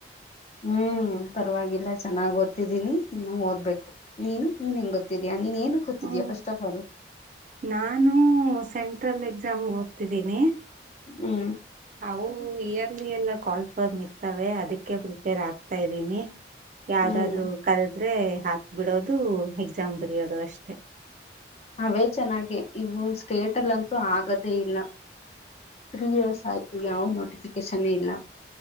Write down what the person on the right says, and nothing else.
ಹ್ಮ
ನಾನು ಸೆಂಟ್ರಲ್ ಎಕ್ಸಾಮ್ಗೆ ತಿದ್ದೀನಿ
ಅವು ಇಯರ್ಲಿ ಎಲ್ಲ ಕಾಲ್ ಬ್ ಇರ್ತವೆ ಅದಕ್ಕೆ ಪ್ರಿಪೇರ್ ಆಗ್ತಾ ಇದ್ದೀನಿ ಯಾವುದಾದರೂ
ಕಲ್ ಆದ್ರೆ ಹಾಕ್ ಬಿಡೋದು ಎಕ್ಸಾಮ್ ಬಿರಿಯೋದು ಅಷ್ಟೆ